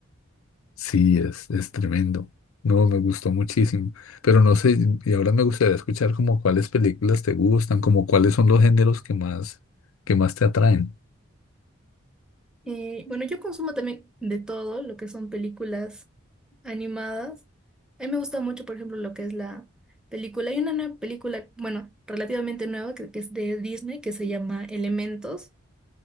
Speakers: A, on the left; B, in the centre.
A: Sí, es, es tremendo. No, me gustó muchísimo. Pero no sé, y ahora me gustaría escuchar como cuáles películas te gustan, como cuáles son los géneros que más, que más te atraen.
B: Eh, bueno, yo consumo también de todo lo que son películas animadas. A mí me gusta mucho, por ejemplo, lo que es la película. Hay una nueva película, bueno, relativamente nueva, que, que es de Disney, que se llama Elementos,